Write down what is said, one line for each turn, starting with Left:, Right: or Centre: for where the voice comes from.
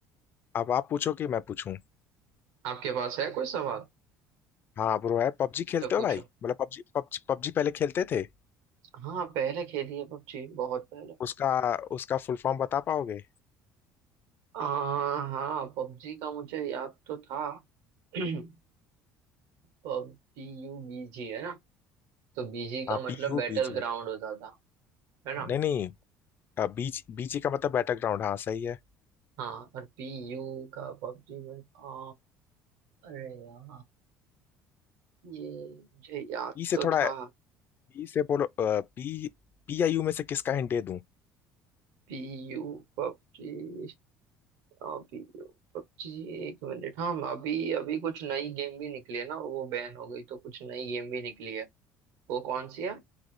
Left: अब आप पूछो कि मैं पूछूं
Right: आपके पास है कोई सवाल
Left: हाँ ब्रो है पबजी खेलते
Right: तो पूछो
Left: हो भाई मतलब पबजी पबजी पबजी पहले खेलते थे
Right: हाँ पहले खेली है पबजी बहुत पहले
Left: उसका उसका फुल फॉर्म बता पाओगे
Right: आ, हाँ पबजी का मुझे याद तो था <clears throat> पबजी यू बीजी है ना तो बीजी
Left: हाँ
Right: का मतलब
Left: पी यू
Right: बैटल
Left: बी जी
Right: ग्राउंड होता था है ना
Left: नहीं नहीं बीच बीजी का मतलब बैटरग्राउंड हाँ सही है
Right: हाँ और पी यू का पबजी में था अरे यार ये मुझे याद
Left: पी से
Right: तो
Left: थोड़ा
Right: था
Left: पी से बोलो पी पी आई यू में से किसका हिंट दे दूं
Right: P U PUBG हाँ, पी यू पबजी एक मिनट हाँ अभी अभी कुछ नई गेम भी निकली है ना वो बैन हो गई तो कुछ नई गेम भी निकली है वो कौन सी है